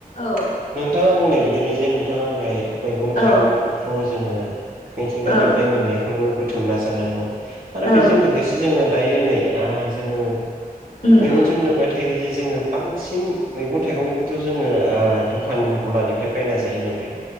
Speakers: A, on the left; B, on the right.
A: औ
B: नोंथाङा बुंनाय बादिनो जे नोंथाङा <unintelligible> मैगं
A: औ
B: थाइगंखौ जोङो मिथिंगानिफ्राय
A: औ
B: मोननायखौनो बुथुमना जानांगौ आरो
A: औ
B: बेजों लोगोसे जोङो दायो नै ओ जोङो
A: उम
B: मेगनजों नुबाय थायो जे जोङो बांसिन मैगं थाइगंखौथ जोङो ओ दखान गलानिफ्राय बायना जायो नालाय